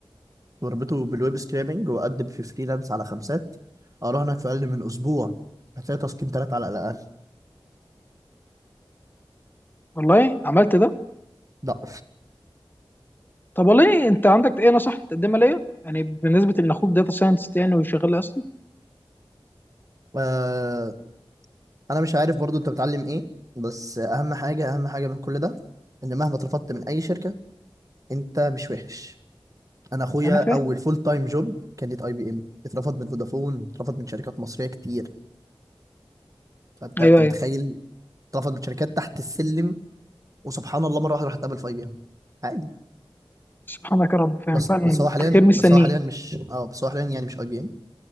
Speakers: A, on the right; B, on the left.
A: وربطه بالويب سكرابنج وقدم في فريلانس على خمسات اراهنك في اقل من اسبوع هتلاقي تسكين تلاتة على الاقل
B: والله عملت ده
A: لا
B: طب والله انت عندك ايه نصيحه تقدمها ليا يعني بالنسبه ان اخوك داتا ساينتست يعني وشغال اصلا
A: آه، انا مش عارف برضو انت بتعلم ايه بس اهم حاجه اهم حاجه من كل ده ان مهما اترفضت من اي شركه انت مش وحش انا اخويا
B: انا فاهم
A: اول فول تايم جوب كانت اي بي ام اترفض من فودافون اترفض من شركات مصريه كتير فانت
B: ايوه
A: انت متخيل
B: ايوه
A: اترفض من شركات تحت السلم وسبحان الله مره واحده راح اتقابل في اي بي ام عادي
B: سبحانك يا رب فاهم
A: بس
B: فعلا
A: بس هو حاليا
B: خير مستنيه
A: بس هو حاليا مش اه بس هو حاليا يعني مش اي بي ام